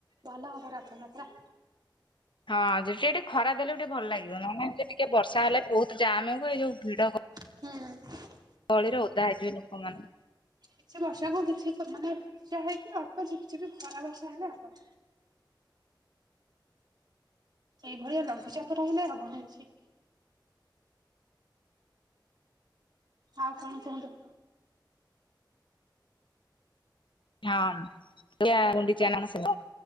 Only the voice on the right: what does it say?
ଭଲ ହବ ରଥଯାତ୍ରା।
ହୁଁଉଁ
କିଛି ବର୍ଷାକୁ କିଛି ମାନେ ବର୍ଷା ହେଇକି ଅଳ୍ପ କିଛି ବି ଖରା ବର୍ଷା ହେଲେ ହବ। ଏଇଭଳିଆ ଲଘୁଚାପ ରହିଲେ ହବ ନାଇକି। ଆଉ କଣ କୁହନ୍ତୁ?